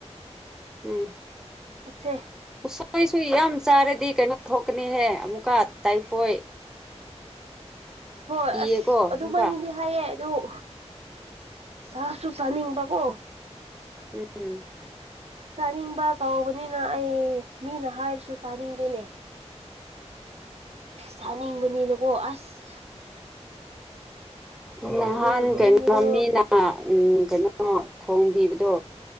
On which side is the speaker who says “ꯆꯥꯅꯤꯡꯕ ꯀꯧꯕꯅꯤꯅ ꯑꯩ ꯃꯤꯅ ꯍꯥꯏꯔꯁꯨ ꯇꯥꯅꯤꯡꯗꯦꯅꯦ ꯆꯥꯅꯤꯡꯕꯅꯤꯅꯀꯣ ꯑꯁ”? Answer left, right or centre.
Right